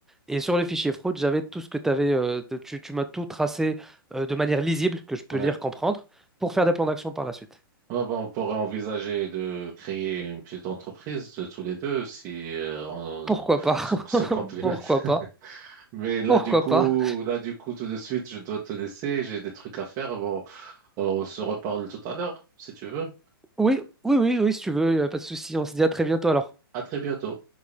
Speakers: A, in the centre; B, on the right.
A: Et sur le fichier fruit, j'avais tout ce que t'avais, euh, t- tu tu m'as tout tracé euh, de manière lisible, que je peux
B: Ouais.
A: lire, comprendre, pour faire des plans d'action par la suite.
B: Ouais, bah, on pourrait envisager de créer une petite entreprise de tous les deux si euh, on,
A: Pourquoi pas?
B: si
A: <laughs>
B: on se complète.
A: Pourquoi
B: <laughs>
A: pas?
B: Mais là,
A: Pourquoi
B: du coup,
A: pas?
B: là, du coup, tout de suite, je dois te laisser. J'ai des trucs à faire. Bon, on se reparle tout à l'heure, si tu veux.
A: Oui, oui, oui, oui, si tu veux, y a pas de souci. On se dit à très bientôt alors.
B: À très bientôt.